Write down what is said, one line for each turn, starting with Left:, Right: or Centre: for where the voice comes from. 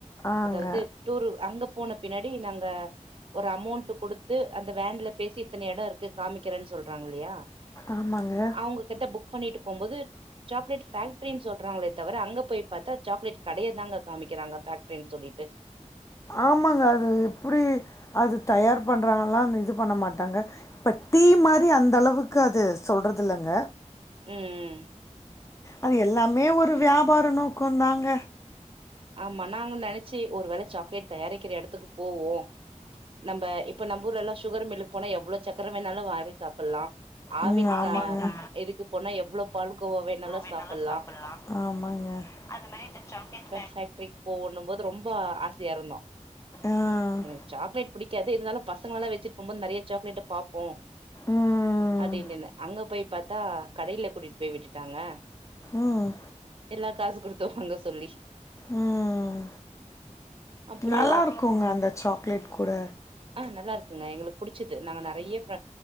Left: ஆங்க.
Right: அதாவது டூர் அங்க போன பின்னாடி நாங்க ஒரு அமௌண்ட் குடுத்து அந்த வேன்ல பேசி இத்தன எடோ இருக்கு காமிக்கிறேன்னு சொல்றாங்க இல்லையா
Left: ஆமாங்க.
Right: அவங்க கிட்ட புக் பண்ணிட்டு போம்போது சாக்லேட் பேக்ட்ரின்னு சொல்றாங்களே தவர அங்க போய் பாத்தா சாக்லேட் கடைய தாங்க காமிக்கிறாங்க பேக்ரின்னு சொல்லிட்டு
Left: ஆமாங்க அது எப்டி அது தயார் பண்ணுறாங்கல்லா அந்த இது பண்ண மாட்டாங்க இப்ப டீ மாரி அந்தளவுக்கு அது சொல்றதில்லங்க
Right: ம் ம்.
Left: அது எல்லாமே ஒரு வியாபார நோக்கோ தாங்க
Right: ஆமா நாங்க நெனைச்சி ஒரு வேள சாக்லேட் தயாரிக்கிற எடத்துக்கு போவோ நம்ம இப்ப நம்ம ஊர்லல்லா சுகர் மில்லுக்கு போனா எவ்ளோ சக்கர வேணாலு வாரி சாப்ட்லா ஆவின்
Left: ம்.
Right: கா
Left: ஆமாங்க.
Right: இதுக்கு போனா எவ்ளோ பால்கோவா வேணாலு
Left: வேணாலு
Right: சாப்புட்லா
Left: சாப்டலா ஆமாங்க அது மாரி இந்த சாக்லெட்
Right: ஃபேக்டரிக்கு போவோண்ணும் போது ரொம்ப ஆசையா இருந்தோ
Left: ஆ.
Right: எனக்கு சாக்லேட் புடிக் காது இருந்தாலு பசங்களல்லா வச்சிட்டு போம்போது நெறைய சாக்லேட்ட பாப்போ
Left: ம்.
Right: அப்படின்னு இருந்தே அங்க போய் பாத்தா கடையில கூட்டிட்டு போய் விட்டுட்டாங்க ஆ
Left: ம்.
Right: எல்லா காசு குடுத்து வாங்க சொல்லி
Left: ம்
Right: அப்புறோ
Left: நல்லா இருக்குங்க அந்த சாக்லேட் கூட
Right: ஆ நல்லா இருக்குங்க எங்களுக்கு புடிச்சது நாங்க நெறைய